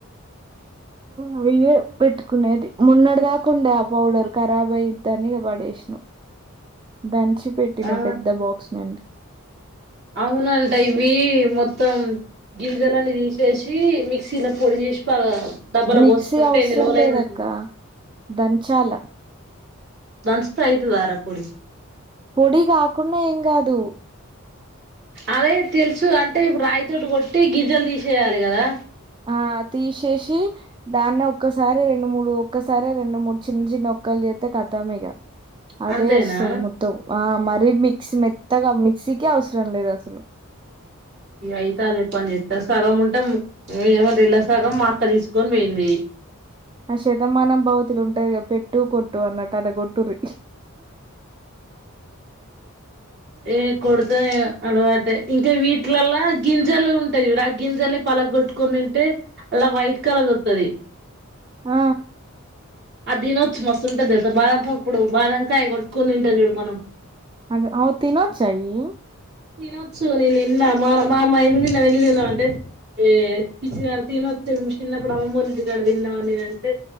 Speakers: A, on the right (about 20°); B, on the right (about 50°).
A: అవియే పెట్టుకునేది మోన్నటి దాకా ఉండే ఆ పౌడర్ ఖరాబ్ అయ్యిద్ధని ఇగ పడేసిన దంచి పెట్టిన
B: ఆ
A: పెద్ద బాక్స్ నండ్
B: అవునంట ఇవి మొత్తం గింజలనీ తీసేసి మిక్సీలో పొడి చే ఇష్టా కదా డబ్బాలో
A: మిక్సీ
B: పోసుకుంటే
A: అవసరం
B: ఎన్ని రోజులైన
A: లేదక్క
B: ఉంటుంది
A: దంచాల
B: దించితే అయితాదా రా పొడి
A: పొడి కాకుండా ఏం కాదు
B: అదే తెలుసు అంటే ఇప్పుడు రాయితోటి కొట్టి గిజ్జలు తీసేయాలి కదా
A: ఆ తీసేసి దాన్నే ఒక్కసారి రెండు మూడు ఒక్కసారి రెండు మూడు చిన్న చిన్న ఒక్కలు చెత్తే కథమిగ అదే
B: అంతేనా
A: వస్తది మొత్తం ఆ మరీ మిక్స్ మెత్తగా మిక్సీకి అవసరం లేదు అసలు
B: ఈ అయిత అదే పని చెత్తా సగం ఉంటం ఏమంటే ఇళ్ళ సగం మా అక్క తీసుకొని పోయింది
A: ఆ శతమానం భౌతులు ఉంటదిగా పెట్టు కొట్టు అన్నట్టు అట కొట్టురి
B: ఏ కొడతా నేను అల్వా ఇంకా వీటిలల్లా గింజలు ఉంటయి చూడు ఆ గింజల్ని పలగొట్టుకొని తింటే అల్లా వైట్ కలర్ది వత్తది.
A: ఆ
B: అదినచ్చు మస్తుంటుది తెలుసా. బాదంపప్పుడు బాదంకాయ కొట్టుకొని తింటం చూడు మనం.
A: అగో అవ్ తినోచ్చా ఇయి.
B: తినొచ్చు నేను తిన్నా. మా మా అమ్మా ఎందుకు తిన్నవు ఎందుకు తిన్నవు అంటే ఏ పిచ్చిదాన తినొచ్చు. శిన్నప్పుడు అమ్మమ్మోల ఇంటికాడ తిన్నమని నేనంటే